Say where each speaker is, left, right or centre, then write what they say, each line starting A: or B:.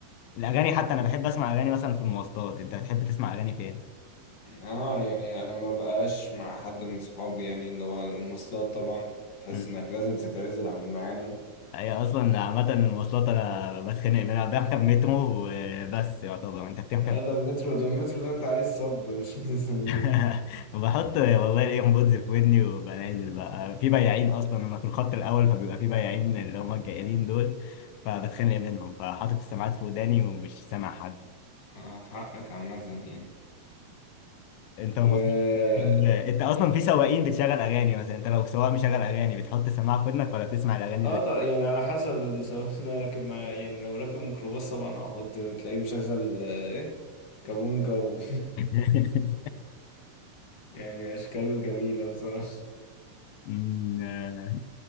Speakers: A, on the left (about 75°); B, on the left (about 55°).
A: الاغاني حتى انا بحب اسمع اغاني مثلا في المواصلات انت بتحب تسمع اغاني فين؟
B: اه يعني انا ما بقاش مع حد من صحابي يعني اللي هو المواصلات طبعا تحس
A: مم.
B: انك لازم تتعزل عن العالم
A: هي اصلا عامة المواصلات انا بتخانق منها <laughs> بركب مترو وبس يعتبر انت بتركب
B: اه ده المترو ده المترو ده انت عايز صب مش <laughs> لازم
A: <laughs> بحط والله الايربودز في ودني وببقى نازل بقى في بياعين اصلا انا في الخط الاول فبيبقى في بياعين اللي هم الجائلين دول فبتخانق منهم فحاطط السماعات في وداني ومش سامع حد
B: آه، حقك عامة يعني
A: انت
B: و
A: ومواصلاتك بتجيب- <laughs> انت اصلا في سواقين بتشغل اغاني مثلا انت لو سواق مشغل اغاني بتحط السماعه في ودنك ولا بتسمع الاغاني
B: اه
A: اللي
B: طب يعني على حسب السواق اللي أنا راكب معاه يعني لو راكب ميكروباص طبعا هحط تلاقيه مشغل آه، ايه كابونجا و
A: <laughs>
B: <laughs> يعني اشكال جميلة بصراحة
A: أمم، اه